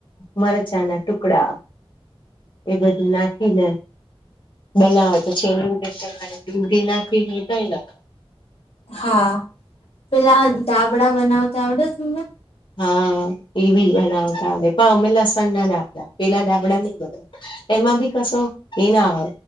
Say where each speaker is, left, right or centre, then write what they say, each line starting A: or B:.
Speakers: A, on the left; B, on the left.
A: મરચાના ટુકડા એ બધું નાખીને બનાવે તો છે જેની અંદર તમારે ભીંડી નાખવી ને કઈ <unintelligible>
B: હા પેલા દાબડા બનાવતા આવડે તમને.
A: હા. એ બી બનાવતા પણ અમે લસણ ના ડાબડા પેલા ડાબડા નહી બનાવ એમાં બી સા એ ના